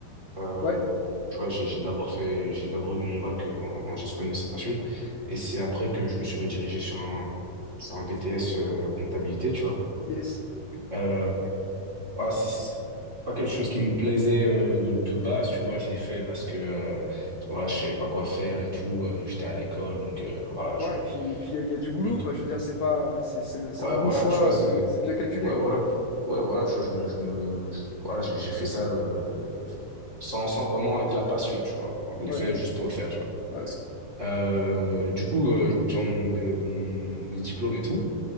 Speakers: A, on the right; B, on the left.
A: Euh,
B: Ouais,
A: tu vois, j'ai j'ai d'abord fait, j'ai d'abord eu mon bac euh, en, en gestion d'administration et c'est après que je me suis redirigé sur un, sur un BTS euh, comptabilité, tu vois.
B: yes.
A: Euh, Voilà, c'est c'est pas quelque chose qui me plaisait euh, de, de base, tu vois. Je l'ai fait parce que, euh, parce que, voilà, je savais pas quoi faire et tout. euh, j'étais à l'école, donc euh, voilà, je,
B: Ouais, et puis, et puis il y, a il y a du boulot
A: je me,
B: quoi. Je veux dire, c'est pas, c'est c'est- c'est
A: ouais,
B: un bon
A: voilà,
B: choix,
A: tu vois, c'est,
B: euh, c'est bien calculé
A: ouais,
B: quoi.
A: voilà, ouais, voilà, tu vois, je me, je me, voilà, j'ai j'ai fait ça euh, sans, sans vraiment avec la passion, tu vois. Enfin, je l'ai
B: Ouais,
A: fait juste pour le faire, tu vois.
B: ouais, ouais,
A: Euh, du coup, euh, j'obtiens mon, mon- mes diplômes et tout,